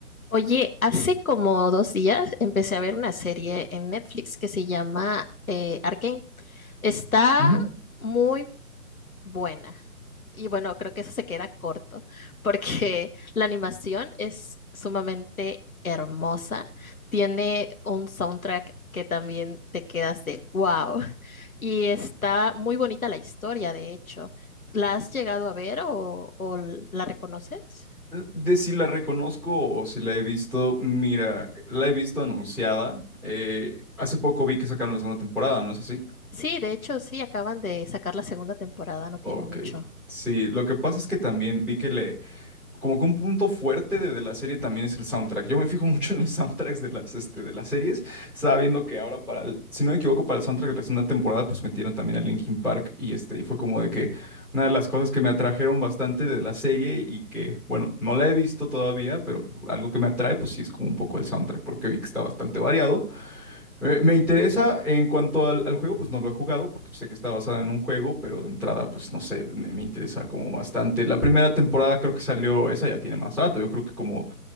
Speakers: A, on the left; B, in the centre.
A: Oye, hace como dos días empecé a ver una serie en Netflix que se llama eh, Arcane. Está
B: Ujú.
A: muy buena. Y bueno, creo que eso se queda corto porque <laughs> la animación es sumamente hermosa. Tiene un soundtrack que también te quedas de wow. <laughs> Y está muy bonita la historia, de hecho. ¿La has llegado a ver o, o la reconoces?
B: De si la reconozco o si la he visto, mira, la he visto anunciada. eh, hace poco vi que sacaron la segunda temporada, ¿no es así?
A: Sí, de hecho, sí, acaban de sacar la segunda temporada, no tiene
B: Ok.
A: mucho.
B: Sí, lo que pasa es que también vi que como que un punto fuerte de, de la serie también es el soundtrack. Yo me fijo mucho en los <laughs> soundtracks de las, este, de las series. Estaba viendo que ahora para el- si no me equivoco, para el soundtrack de la segunda temporada, pues metieron también a Linkin Park y este, y fue como de que una de las cosas que me atrajeron bastante de la serie y que, bueno, no la he visto todavía, pero algo que me atrae, pues sí es como un poco el soundtrack, porque vi que está bastante variado eh, Me interesa en cuanto al, al juego, pues no lo he jugado porque sé que está basada en un juego, pero de entrada, pues no sé, me, me interesa como bastante. La primera temporada creo que salió, esa ya tiene más rato, yo creo que como